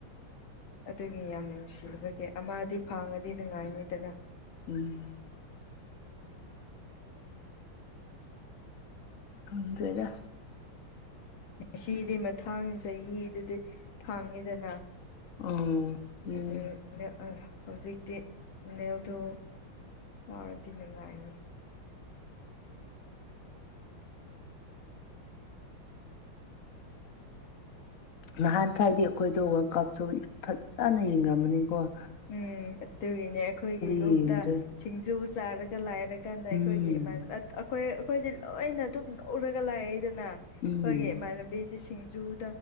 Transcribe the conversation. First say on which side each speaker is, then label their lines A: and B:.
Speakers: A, on the left; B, on the left.
A: ꯑꯗꯨꯒꯤ ꯌꯥꯝ ꯅꯨꯡꯁꯤꯕꯒꯤ ꯑꯃꯗꯤ ꯐꯥꯡꯉꯗꯤ ꯅꯨꯡꯉꯥꯏꯅꯤꯗꯅ
B: ꯎꯝ ꯈꯪꯗ꯭ꯔꯦꯗ
A: ꯉꯁꯤꯗꯤ ꯃꯊꯥꯡ ꯆꯍꯤꯗꯗꯤ ꯊꯥꯡꯉꯤꯗꯅ
B: ꯎꯝ
A: ꯑꯗꯨ
B: ꯎꯝ
A: ꯅꯑꯥ ꯍꯧꯖꯤꯛꯇꯤ ꯅꯦꯜꯗꯣ ꯌꯥꯎꯔꯗꯤ ꯅꯨꯡꯉꯥꯏꯅꯤ
B: ꯅꯍꯥꯟꯈꯩꯗꯤ ꯑꯩꯈꯣꯏꯗꯣ ꯋꯔꯜ ꯀꯞꯁꯨ ꯐꯖꯅ ꯌꯦꯡꯉꯝꯃꯅꯤꯀꯣ
A: ꯎꯝ ꯑꯗꯨꯒꯤꯅꯦ ꯑꯩꯈꯣꯏꯒꯤ ꯌꯨꯝꯗ
B: ꯌꯦꯡꯗ꯭ꯔꯦ
A: ꯁꯤꯡꯖꯨ ꯆꯥꯔꯒ ꯂꯥꯏꯔꯤ ꯀꯥꯟꯗ ꯑꯩꯈꯣꯏꯒꯤ
B: ꯎꯝ
A: ꯏꯥꯟ ꯑꯩꯈꯣꯏ ꯑꯩꯈꯣꯏꯗꯤ ꯂꯣꯏꯅ ꯑꯗꯨꯝ ꯎꯔꯒ ꯂꯥꯛꯏꯗꯅ ꯅ
B: ꯎꯝ
A: ꯈꯣꯢꯒꯤ ꯢꯃꯥꯟꯕꯤꯗꯤ ꯁꯤꯡꯖꯨ ꯍꯨ